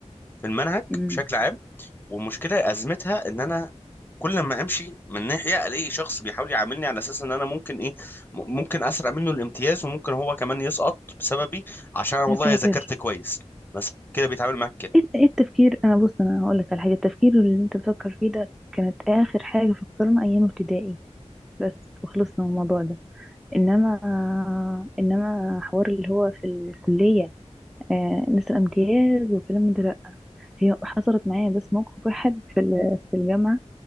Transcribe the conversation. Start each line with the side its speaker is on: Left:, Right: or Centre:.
Left: في المنهج
Centre: أمم.
Left: بشكل عام والمشكله ازمتها ان انا كل ما امشي من ناحيه الاقي شخص بيحاول يعاملني على اساس ان انا ممكن ايه م- ممكن اسرق منه الامتياز وممكن هو كمان يسقط بسببي عشان انا والله
Centre: يا ساتر
Left: ذاكرت كويس مثلا كده بيتعامل معاك كده
Centre: ايه إيه التفكير انا بص انا هقول لك على حاجه التفكير اللي انت بتفكر فيه ده كانت اخر حاجه فكرنا ايام ابتدائي بس وخلصنا من الموضوع ده انما انما حوار اللي هو في الكليه آه نسأل امتياز وكلام من ده لا هي حصلت معايا بس موقف واحد في ال- في الجامعه